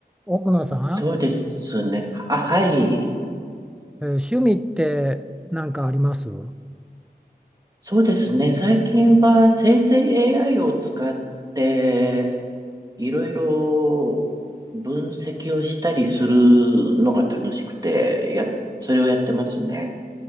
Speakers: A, in the centre; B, on the right.
A: 奥野さん、
B: そうですね。あ、はい。
A: えー趣味って何かあります分
B: そうですね。最近は生成 AI を使って、いろいろ分析をしたりするのが楽しくて、や、それをやってますね。